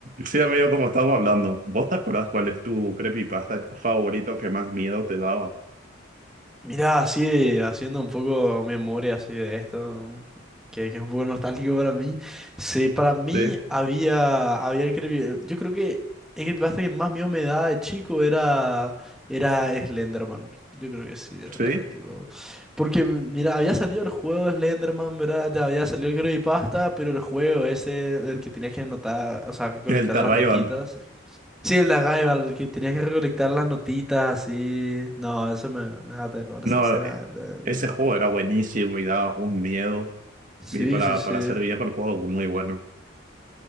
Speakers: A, on the right; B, in the centre.
A: Sí, amigo, como estamos hablando, ¿vos te acordás cuál es tu creepypasta favorito que más miedo te daba?
B: Mira, así haciendo un poco memoria así de esto, que, que es un poco nostálgico para mí. Sí, para mí
A: Sí,
B: había, había el creepy- yo creo que el creepypasta que más miedo me daba de chico era, era Slenderman. Yo creo que sí, era
A: sí,
B: tipo. Porque mira, había salido el juego de Slenderman, ¿verdad? Ya había salido el creepypasta, pero el juego ese, el que tenías que anotar, o sea, que colectar
A: el Terrayon.
B: las notitas. Sí, el de Arrival, que tenías que recolectar las notitas así. No, eso me, me da terror,
A: No,
B: sinceramente.
A: eh, ese
B: no.
A: juego era buenísimo y daba un miedo.
B: Sí,
A: Y para,
B: sí, sí.
A: para ser viejo, el juego muy bueno.